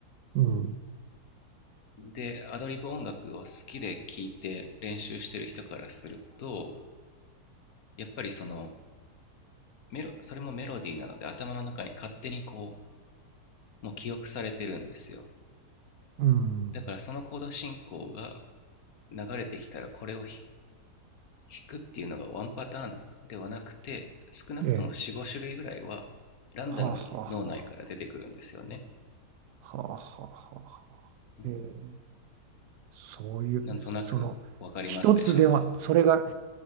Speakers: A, on the right; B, on the left.
A: うん。
B: でアドリブ音楽を好きで聴いて練習してる人からするとやっぱりそのメロそれもメロディーなので頭の中に勝手にこうもう記憶されてるんですよ
A: うん。
B: だからそのコード進行が流れてきたらこれを弾弾くっていうのがワンパターンではなくて少なくとも45種類ぐらいはランダムに脳内から出てくるんですよね、
A: ええ。はあはあはあはあはあはあはあえー
B: うん、
A: そういう、
B: なんとなくわかりますでしょうか
A: その、一つでは、それが、